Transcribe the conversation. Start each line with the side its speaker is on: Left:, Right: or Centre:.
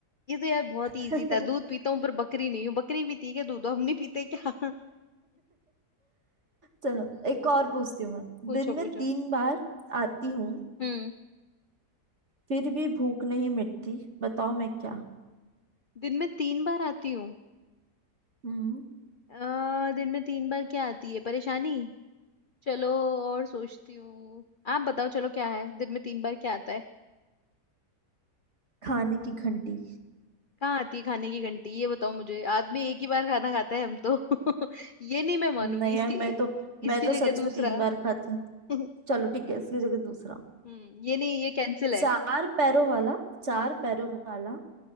Left: ये तो यार बहुत
Right: <laughs>
Left: ही इजी था दूध पीता हूँ पर बकरी नहीं हूँ बकरी भी थी क्या दूध तो हम नहीं पीते क्या <laughs>
Right: चलो एक और पूछती हूँ मैं
Left: पूछो
Right: दिन में
Left: पूछो
Right: तीन बार आती हूँ
Left: हम्म
Right: फिर भी भूख नहीं मिटती बताओ मैं क्या
Left: दिन में तीन बार आती हूँ
Right: हम्म
Left: अ, दिन में तीन बार क्या आती है परेशानी चलो और सोचती हूँ आप बताओ चलो क्या है दिन में तीन बार क्या आता है
Right: खाने की घंटी
Left: कहाँ आती है खाने की घंटी ये बताओ मुझे आदमी एक ही बार खाना खाता है हम तो <laughs> ये नहीं मैं मानूंगी
Right: नहीं
Left: इसकी
Right: यार मैं तो मैं
Left: इसकी
Right: तो
Left: जगह
Right: सच
Left: दूसरा
Right: में तीन बार खाती हूँ
Left: <laughs>
Right: चलो ठीक है इसकी जगह दूसरा
Left: हम्म ये नहीं ये कैंसिल है
Right: चार पैरों वाला चार
Left: हम्म
Right: पैरों वाला